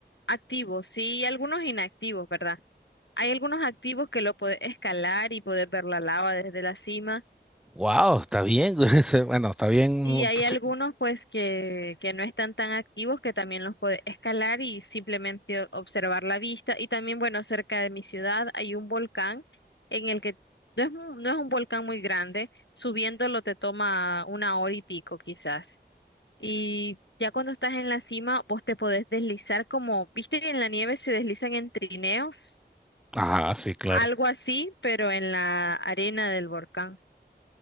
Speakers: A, on the left; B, in the centre.
A: activos, sí, y algunos inactivos, ¿verdad? Hay algunos activos que lo puedes escalar y puedes ver la lava desde la cima.
B: Wow, está bien. <laughs> Bueno, está bien.
A: Y hay
B: sí.
A: algunos pues que, que no están tan activos que también los puede escalar y simplemente o- observar la vista. Y también, bueno, cerca de mi ciudad hay un volcán en el que no es, mu- no es un volcán muy grande, subiéndolo te toma una hora y pico quizás. Y ya cuando estás en la cima, vos te podés deslizar como, viste que en la nieve se deslizan en trineos,
B: Ah, sí, claro.
A: algo así, pero en la arena del volcán.